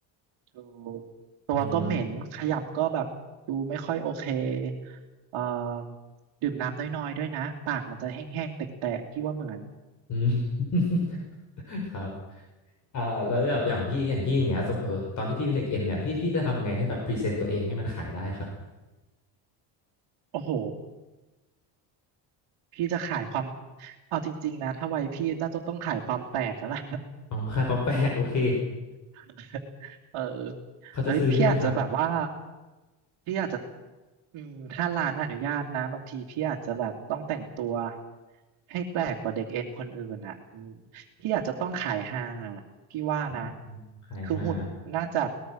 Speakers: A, on the right; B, on the left.
A: ถูกตัวก็เหม็นขยับก็แบบดูไม่ค่อยโอเค
B: อืม <laughs>
A: เอ่อดื่มน้ำน้อยๆด้วยนะปากมันจะแห้งๆแตกๆพี่ว่าเหมือน
B: อืม <laughs> ครับอ่าแล้วแบบอย่างพี่อย่างพี่อย่างเงี้ยสมเออตอนที่พี่เป็นเด็กเอ็นเนี่ยพี่พี่จะทำไงให้แบบพรีเซนต์ตัวเองให้มันขายได้ครับ
A: โอ้โห พี่จะขายความเอาจริงๆนะถ้าวัยพี่น่าจะต้องขายความแปลกแล้วล่ะ
B: อ๋อขายความแปลกโอเค
A: <laughs> เออ
B: เขาจะซื้อใช่ไหมครับ
A: เฮ้ยพี่อาจจะแบบว่าพี่อาจจะอืมถ้าร้านอนุญาตนะบางทีพี่อาจจะแบบต้องแต่งตัวให้แปลกกว่าเด็กเอ็นคนอื่นอ่ะอืมพี่อาจจะต้องขายฮาพี่ว่านะ
B: อืมขายฮา
A: คือหุ่นน่าจะ